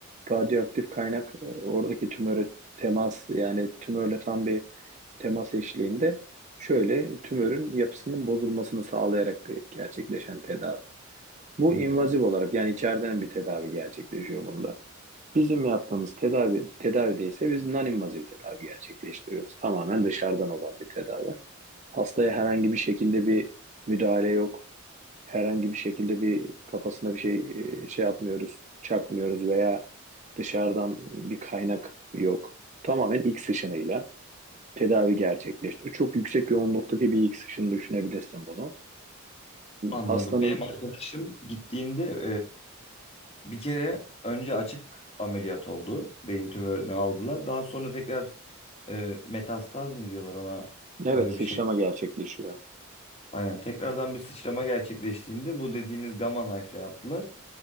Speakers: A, on the right; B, on the left.
A: Radyoaktif kaynak e, oradaki tümöre temas yani tümörle tam bir temas eşliğinde şöyle tümörün yapısının bozulmasını sağlayarak bir gerçekleşen tedavi. Bu
B: hı.
A: invaziv olarak yani içeriden bir tedavi gerçekleşiyor bunda. Bizim yaptığımız tedavi tedavide ise biz non-invazif tedavi gerçekleştiriyoruz. Tamamen dışarıdan olan bir tedavi. Hastaya herhangi bir şekilde bir müdahale yok. Herhangi bir şekilde bir kafasına bir şey e, şey yapmıyoruz, çakmıyoruz veya dışarıdan bir kaynak yok. Tamamen iç sıçrayla tedavi gerçekleştiriyor. Çok yüksek yoğunluktaki bir ilk sıçını düşünebilirsin bunu.
B: Anladım.
A: Hastanın
B: Benim arkadaşım gittiğinde Bir kere önce açık ameliyat oldu. Beyin tümörünü aldılar. Daha sonra tekrar e, metastaz mı diyorlar ona
A: evet
B: öyle
A: sıçrama
B: bir şey.
A: gerçekleşiyor.
B: Aynen tekrardan bir sıçrama gerçekleştiğinde bu dediğiniz gamma knife'le yaptılar.